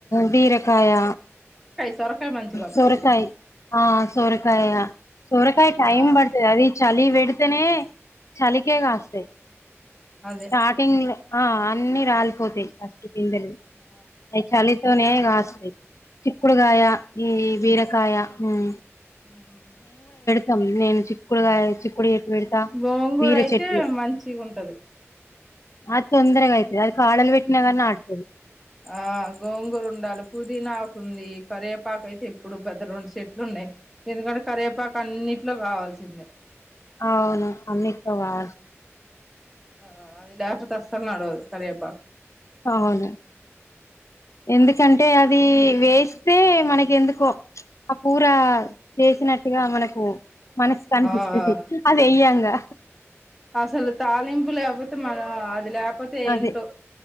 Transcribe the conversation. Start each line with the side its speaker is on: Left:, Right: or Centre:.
Left: బీరకాయ
Centre: సొరకాయ మంచిగా వస్తాయిలే
Left: సోరకాయ ఆ సోరకాయ సోరకాయ టైమ్
Centre: ఆ
Left: బడుతది అది చలి పెడితేనే చలికే కాస్తాయి
Centre: అదే
Left: స్టార్టింగ్ లో ఆ అన్నిీ రాలిపోతాయి ఫస్ట్ పిందలు
Centre: ఆ
Left: అవి చలితోనే కాస్తాయి చిక్కుడు గయ ఈ బిరకయ మ్
Centre: మ్
Left: తం నేను చిక్కుడుగా చిక్కుడు చెట్టు పెడుతా
Centre: గోంగూర
Left: బీర
Centre: అయితే
Left: చెట్లు
Centre: మంచిగా ఉంటది
Left: అద్ తొందరగా అయితది అది కాడల్ పెట్నగని ఆడతది
Centre: ఆ గోంగూర ఉండాలి పుదీనాకు ఉంది కరవేపాక అయితే ఎప్పుడు పెద్ద రెండు చెట్లు ఉం న్నాయ్ ఎందుకంటే కరివేపాక అన్నిట్లో కావాల్సిందే
Left: అవును అన్నిట్లో కావాల్
Centre: ఆ అది లేపోతే అస్తళ్ళు నడవదు కరివేపక్
Left: అవును ఎందుకంటే అది వేస్తే మనక్ ఎందుకో ఆ కురా చేసినట్టుగా మనకు మనసు కనిపిస్తది
Centre: ఆ
Left: అది అయ్యాంగా
Centre: అసలు తాలింపు లేకపోతే మనం అది లేకపోతే ఏంటో
Left: అదే